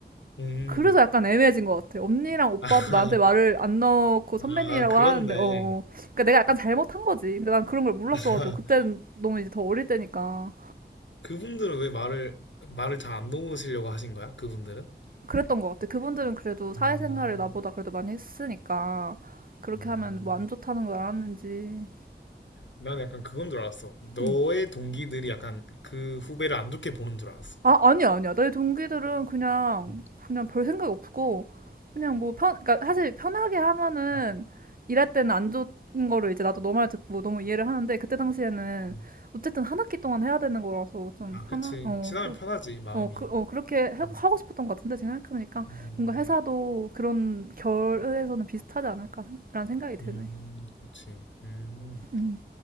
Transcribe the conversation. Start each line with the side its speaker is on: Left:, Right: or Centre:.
Left: 음.
Right: 그래서 약간 애매해진 것 같아. 언니랑 오빠도
Left: 아.
Right: 나한테 말을
Left: <laughs>
Right: 안 넣고 선배님이라고
Left: 아, 그렇네.
Right: 하는데, 어, 어. 그러니까 내가 약간 잘못한 거지. 근데 난 그런 걸 몰랐어가지고
Left: <laughs>
Right: 그때는 너무 이제 더 어릴 때니까
Left: 그분들은 왜 말을 말을 잘 안 놓으시려고 하신 거야? 그분들은?
Right: 그랬던 것 같아. 그분들은 그래도 사회생활을
Left: 음.
Right: 나보다 그래도 많이 했으니까 그렇게
Left: 아.
Right: 하면 뭐 안 좋다는 걸 알았는지.
Left: 난 약간 그건 줄 알았어. 너의
Right: 음.
Left: 동기들이 약간 그 후배를 안 좋게 보는 줄 알았어.
Right: 아, 아니야, 아니야. 내 동기들은 그냥,
Left: 음,
Right: 그냥 별 생각 없고, 그냥 뭐 편, 그러니까 사실 편하게 하면은
Left: 음,
Right: 일할 때는 안 좋은 거를 이제 나도 너말 듣고 너무 이해를 하는데, 그때 당시에는
Left: 음.
Right: 어쨌든 한 학기 동안 해야 되는 거라서 좀
Left: 아,
Right: 편하,
Left: 그치.
Right: 어,
Left: 친하면
Right: 좀,
Left: 편하지, 마음이.
Right: 어, 그, 어, 그렇게 하고
Left: 음,
Right: 하고 싶었던 것 같은데, 지금 생각해보니까
Left: 음,
Right: 뭔가 회사도 그런 결에서는 비슷하지 않을까라는 생각이 드네.
Left: 음, 그치. 음,
Right: 음.